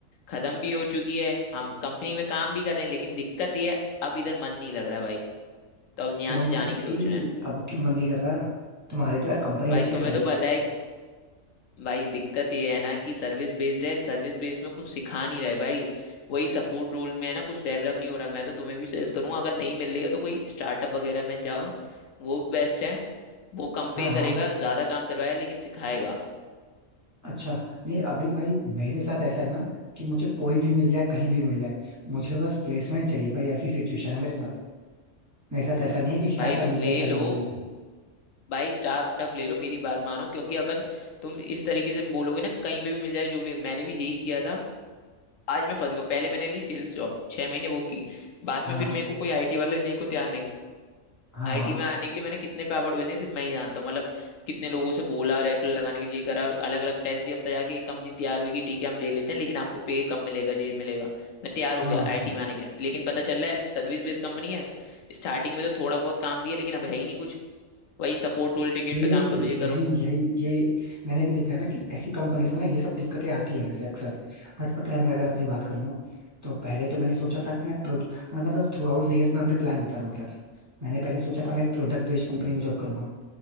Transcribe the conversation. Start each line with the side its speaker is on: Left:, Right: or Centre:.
Left: खत्म भी हो चुकी है हम कंपनी में काम भी कर रहे हैं लेकिन दिक्कत ये है अब इधर मन नहीं लग रहा भाई तो अब यहाँ
Right: क्यों
Left: से
Right: भाई
Left: जाने की सोच रहे हैं
Right: अब क्यों मन नहीं कर रहा तुम्हारी तो यार कंपनी
Left: भाई
Right: अच्छी है
Left: तुम्हें
Right: सर्विस
Left: तो पता
Right: बेस्ड
Left: है
Right: है
Left: भाई दिक्कत ये है ना कि सर्विस बेस्ड है सर्विस बेस्ड में कुछ सिखा नहीं रहे भाई वही सपोर्ट रोल में है ना कुछ डेवलप नहीं हो रहा मैं तो तुम्हें भी सजेस्ट करूंगा अगर नहीं मिल रही है तो कोई स्टार्टअप वगैरह में जाओ वो बेस्ट है वो कम
Right: हाँ
Left: पे
Right: हाँ
Left: करेगा ज्यादा काम करवाएगा लेकिन सिखाएगा
Right: अच्छा नहीं अभी भाई मेरे साथ ऐसा है ना कि मुझे कोई भी मिल जाए कहीं भी मिल जाए मुझे बस प्लेसमेंट चाहिए भाई ऐसी सिचुएशन है मेरे साथ मेरे साथ ऐसा नहीं है कि स्टार्टअप
Left: भाई तो
Right: मिल जाए
Left: ले
Right: सर्विस
Left: लो
Right: बेस्ड
Left: भाई स्टार्टअप ले लो मेरी बात मानो क्योंकि अगर तुम इस तरीके से बोलोगे ना कहीं पे भी मिल जाए जो भी मैंने भी यही किया था आज मैं फंस गया हूं। पहले मैंने ली सेल्स जॉब छह महीने वो की बाद
Right: हाँ
Left: में फिर मेरे को कोई आईटी वाला लेने को तैयार नहीं
Right: हाँ
Left: आईटी
Right: हाँ
Left: में आने के लिए मैंने कितने पे अवार्ड मिले हैं, सिर्फ मैं ही जानता हूँ मतलब कितने लोगों से बोला रेफरल लगाने के लिए करा अलग अलग टेस्ट दिया अब जाके एक कंपनी तैयार हुई कि ठीक है हम ले लेते हैं लेकिन आपको पे कम मिलेगा ये मिलेगा मैं तैयार हो
Right: हाँ
Left: गया आईटी में आने के लिए लेकिन पता चल रहा है सर्विस बेस्ड कंपनी है स्टार्टिंग में तो थोड़ा बहुत काम दिया लेकिन अब है ही नहीं कुछ वही सपोर्ट रोल टिकट
Right: ये
Left: पे काम करो ये करो
Right: यही यही ये मैंने भी देखा है ना कि ऐसी कंपनीज में ना ये सब दिक्कतें आती हैं वैसे अक्सर बट पता है मैं अगर अपनी बात करूँ तो पहले तो मैंने सोचा था कि मैं प्रोड मतलब थ्रू आउट द ईयर्स मैं अपने प्लान बता रहा हूँ क्या था मैंने पहले सोचा था मैं एक प्रोडक्ट बेस्ड कंपनी में जॉब करूंगा